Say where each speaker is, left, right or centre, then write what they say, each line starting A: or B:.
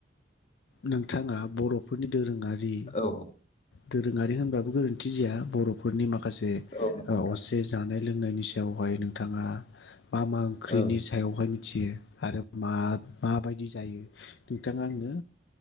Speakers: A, on the left (about 75°); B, on the left (about 40°).
A: नोंथाङा बर'फोरनि दोरोङारि रि
B: औ
A: दोरोङारि होनबाबो गोरोन्थि जिया बर'फोरनि माखासे माखासे
B: औ नंगौ नोंथां
A: असे जानाय लोंनायनि सायावहाय नोंथाङा मा मा ओंख्रिनि
B: औ
A: सायावहाय मिथियो आरो मा माबायदि जायो नोंथाङा आंनो